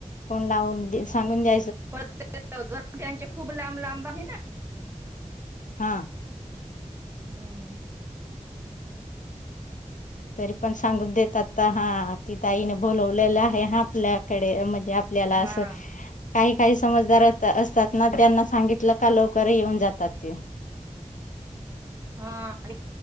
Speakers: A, on the left; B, on the right.
A: फोन लावून दे सांगून दे
B: पर घर त्यांचे खूप लांब लांब आहे ना. हम <unintelligible>
A: हा
B: हम्म <unintelligible>
A: तरी पण सांगून देतात हा ताईने बोलवलेलं आहे हा आपल्याकडे म्हणजे.. आपल्याला
B: हा
A: असं.. काही काही समजदार असतात ना त्यांना सांगितलं का लवकर येऊन जातात ते...
B: हा आणि...